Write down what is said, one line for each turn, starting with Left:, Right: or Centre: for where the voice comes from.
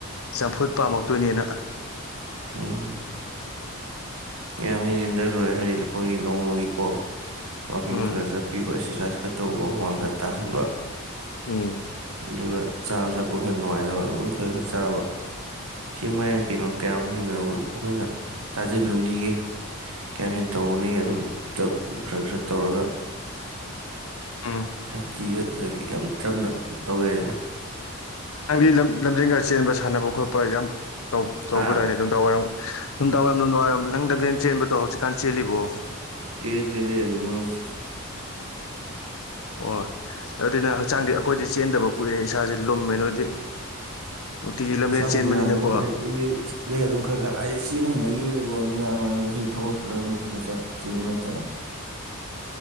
Left: ꯆꯝꯐꯨꯠ ꯄꯥꯝꯂꯛꯇꯣꯏꯅꯦꯅ
Right: ꯎꯝ ꯌꯥꯝ ꯍꯦꯟꯖꯤꯟꯗ ꯂꯣꯏꯔꯦ ꯍꯥꯏꯗꯤ ꯑꯩꯈꯣꯏꯒꯤ ꯅꯣꯡꯃꯒꯤꯀꯣ ꯋꯥꯋꯥꯛꯀꯤꯡ
Left: ꯎꯝ
Right: ꯈꯔ ꯆꯠꯄꯤꯕ ꯑꯦꯛꯁꯔꯁꯥꯏꯁ ꯈꯔ ꯇꯧꯕ ꯋꯥ ꯋꯥꯡꯈꯠ ꯇꯥꯍꯟꯕ
Left: ꯎꯝ
Right: ꯑꯗꯨꯒ ꯆꯥꯕ ꯊꯛꯄ ꯈꯔ ꯅꯨꯡꯉꯥꯏꯅꯕ ꯑꯗꯨꯝ ꯈꯔ ꯈꯔ ꯆꯥꯕ ꯁꯤ ꯃꯌꯥꯅ ꯀꯩꯅꯣ ꯀꯌꯥꯃꯨꯛ ꯍꯦꯟꯅ ꯎ ꯑꯩꯈꯣꯏꯅ ꯇꯥꯖꯤꯜꯂꯨꯅꯤꯒꯦ ꯀꯌꯥꯝ ꯍꯦꯟꯅ ꯇꯧꯔꯅꯤꯒ ꯑꯗꯨꯝ ꯆꯞ ꯆꯥꯡꯆꯠ ꯇꯧꯔꯒ
Left: ꯎꯝ
Right: ꯁꯥꯟꯇꯤꯗ ꯍꯥꯏꯗꯤ ꯌꯥꯝ ꯆꯝꯅ ꯇꯧ ꯌꯥꯏꯗꯅ
Left: ꯑꯡꯗꯤ ꯂꯝ ꯂꯝꯖꯦꯟꯒ ꯆꯦꯟꯕ ꯁꯥꯟꯅꯕ ꯈꯣꯠꯄ ꯌꯥꯝ ꯇꯧꯕꯗꯥꯏꯅꯦ
Right: ꯍꯥ
Left: ꯑꯗꯨꯝ <unintelligible> ꯁꯨꯝ <unintelligible> <unintelligible> ꯅꯪ <unintelligible> ꯆꯦꯟꯕꯗꫭ ꯍꯧꯖꯤꯛ ꯀꯥꯟ ꯆꯦꯜꯂꯤꯕꯣ
Right: ꯆꯦꯜꯂꯤ ꯆꯦꯜꯂꯤ ꯑꯗꯨꯝ ꯃꯔꯨꯞ
Left: ꯑꯣ ꯑꯗꯨꯅ ꯍꯛꯆꯥꯡꯗꯤ ꯑꯩꯈꯣꯏꯗꯤ ꯆꯦꯟꯗꯕ ꯀꯨꯏꯔꯦ ꯏꯁꯥꯁꯦ ꯂꯨꯝꯃꯦ ꯅꯣꯏꯗꯤ ꯅꯨꯡꯇꯤꯒꯤ ꯂꯝꯖꯦꯟ
Right: ꯍꯛꯆꯥꯡꯗꯤ
Left: ꯆꯦꯟꯕꯅꯤꯅꯀꯣ
Right: ꯌꯥꯡꯉꯤ ꯃꯔꯨꯞ ꯍꯥꯏ <unintelligible> ꯑꯗꯨꯝ ꯈꯔ ꯈꯔ ꯑꯩ ꯁꯤꯅ ꯍꯩꯅ <unintelligible> ꯅꯨꯡꯗꯥꯡꯋꯥꯏꯔꯝꯁꯤ ꯊꯕꯛ ꯍꯜꯂ ꯈꯔ ꯈꯔ ꯆꯠ ꯆꯦꯟꯕ ꯍꯥꯏꯇꯥꯔꯦ